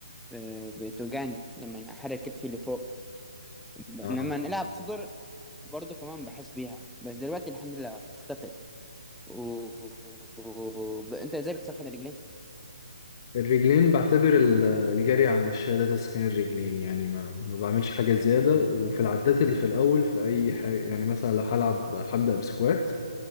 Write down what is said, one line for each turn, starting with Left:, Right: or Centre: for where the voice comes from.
Centre: آه، بتوجعني لما أنا احرك كتفي اللي فوق ب- لما
Left: اه
Centre: نلعب صدر برضو كمان بحس بيها بس دلوقتي الحمد لله اختفت و... و... انت ازاي بتسخن الرجلين
Left: الرجلين بعتبر ال- الجري على المشاية ده تسخين الرجلين يعني ما ما بعملش حاجة زيادة وفي العدات اللي في الأول في أي حاجة يعني مثلا لو هلعب هبدأ بسكوات